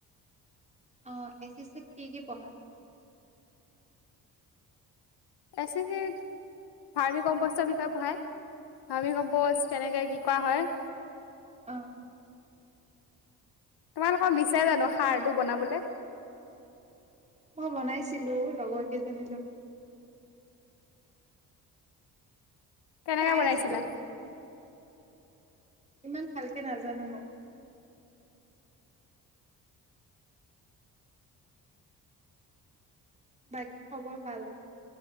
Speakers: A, on the right; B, on the left.
A: অ এছ এছ চিত কি কি পঢ়া?
B: এছ চি চি ভাৰ্মি কম্পষ্টৰ বিষয়ে পঢ়ায় ফাৰ্মি কম্পজ কেনেকে কি কৰা হয়।
A: অঁ।
B: তোমালোকক দিছে জানো সাৰটো বনাবলে?
A: মই বনাইছিলো লগৰ কেইজনীৰ লগত।
B: কেনেকে
A: চাই
B: বনাইছিলা?
A: আছিলো ইমান ভালকে নাজানো মই। বাকী খবৰ ভাল?